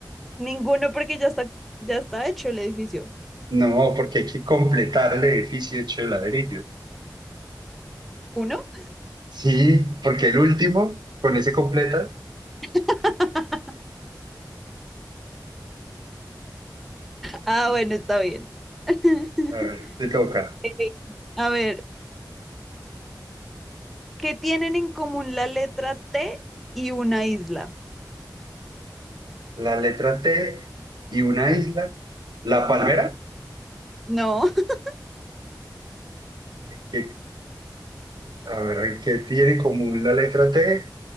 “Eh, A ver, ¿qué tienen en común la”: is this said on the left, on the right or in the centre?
Centre